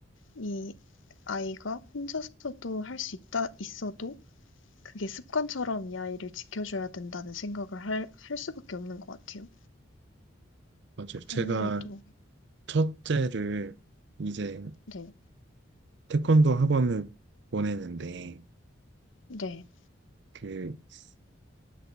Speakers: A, on the left; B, on the right.
A: 이 아이가 혼자서도 할 수 있다 있어도 그게 습관처럼 이 아이를 지켜줘야 된다는 생각을 할, 할 수밖에 없는 것 같아요.
B: 맞아요. 제가
A: 아무래도
B: 첫째를 이제
A: 네,
B: 태권도 학원을 보내는데
A: 네,
B: 그